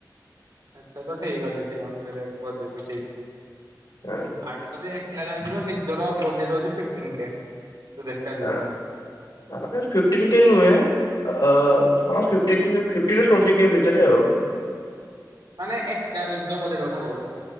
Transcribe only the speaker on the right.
ଆଚ୍ଛା ତ ଠିକ ଅଛି ସେଇ ଅନୁସାରେ ବଜେଟ୍ ବି ଠିକ।
ଆଉ ଯଦି ଏକୁଟିଆ ଜଣେ ଯିବ ନିଜର ବଜେଟ୍ ହଉଛି ଫିଫଟିନ୍ କେ। ଦେଖାଯିବ
ମାନେ ଏକା ନିଜ ବଜେଟ୍ କଥା କହୁଛି